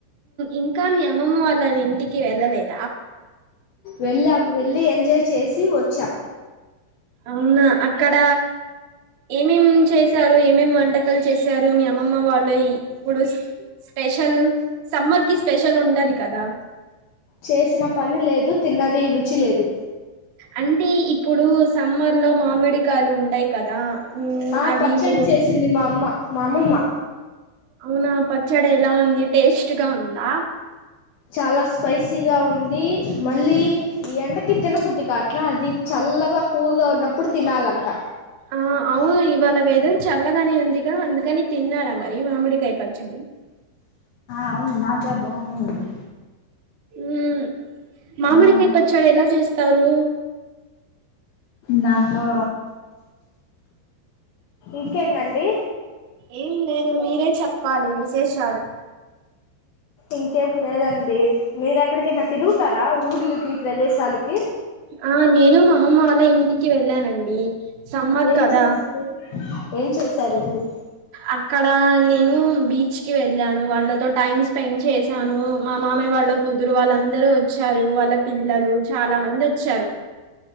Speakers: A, on the right; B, on the left.
A: ఇంకా మీ అమ్మమ్మ వాళ్ళ ఇంటికి వెళ్ళలేదు
B: వెళ్ళాం వెళ్ళలి ఎంజాయ్ చేసి తీ వచ్చం
A: అవునా అక్కడ ఏమేం చేశారు, ఏమేం వంటకాలు చేసారు, మీ అమ్మమ్మ వాళ్ళు ఇ ఇప్పుడు స్పెషల్ సమ్మర్ కి స్పెషల్ ఉంటది కదా
B: చేసిన పని లేదు తిన్నది రుచి లేదు
A: అంటే ఇప్పుడు సమ్మర్ లో మామిడికాయలు ఉంటాయి కదా ఉమ్,
B: ఆ
A: అవి
B: పచ్చడి
A: మీరు
B: చేసింది మా అమ్మ మా అమ్మమ్మ
A: అవునా పచ్చడి ఎలా ఉంది టేస్ట్గా ఉందా
B: చాలా స్పైసీగా ఉంది, మళ్ళీ ఈ ఎండకి తినబుద్ది గాట్లా అది చల్లగా కూల్గా ఉన్నప్పుడు తినాలంట
A: ఆ అవును ఇవాళ వేద చల్లగానే ఉందిగా అందుకని తిన్నారా మరీ మామిడికై పచ్చండి
B: అవును మా చకా బాగానే ఉంది
A: మ్ మామిడికాయ్
B: ఆ
A: పచ్చడి ఎలా చేస్ తరు
B: నాకు ఇంకేటండ్ని
A: ఏం లేదు మీరే చెప్పాలి విశేషాలు
B: ఇంకేం లేదండి మీరు ఎక్కడికైనా తిరుగుతారా ఊర్లకి ప్రదేశాలకి
A: ఆ నేను మా అమ్మమ్మ వాళ్ళ ఇంటికి వెళ్ళానండి సమ్మర్
B: ఏం
A: కదా
B: చేస్తుంది ఏం చే సర్లే
A: అక్కడ నేను బీచ్ కి వెళ్ళాను వాళ్ళతో టైమ్ స్పెండ్ చేశాను మా మామయ వాళ్ళు కూతురు వాళ్ళందరూ వచ్చారు వాళ్ళ పిల్లలు చాలా మంది వచ్చారు